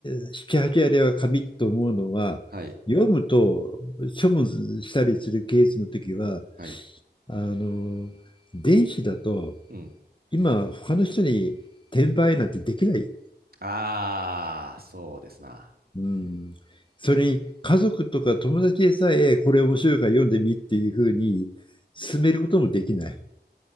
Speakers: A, on the left; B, on the right.
A: 8割は紙と思うのは、
B: はい。
A: 読むと処分したりするケースの時は、
B: はい。
A: あの、電子だと、
B: うん。
A: 今、他の人に転売なんてできない。
B: ああ、そうですな。
A: うん。それに、家族とか友達でさえ、これ面白いから読んでみっていうふうに勧めることもできない。